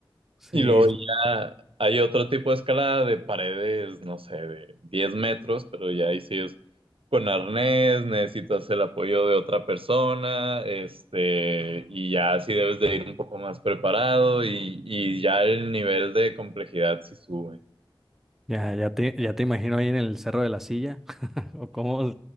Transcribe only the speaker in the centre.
Sí,
sí.
ya, ya te, ya te imagino ahí en el Cerro de la Silla <laughs> o cómo.